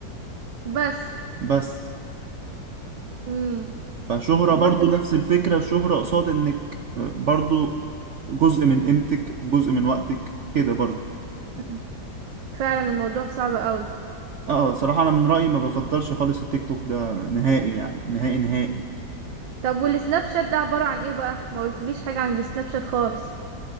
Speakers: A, on the right; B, on the right.
A: بس
B: بس
A: امم
B: فشهرة
A: لا
B: برضو
A: ال-
B: نفس الفكرة الشهرة قصاد انك آه، برضو جزء من قيمتك جزء من وقتك كده برضو
A: مم. فعلا الموضوع صعب قوي
B: اه صراحة انا من رأيي ما بفضلش خالص التيك توك ده نهائي يعني نهائي نهائي
A: طب والسناب شات ده عبارة عن ايه بقى ما قلتليش حاجة عن السناب شات خالص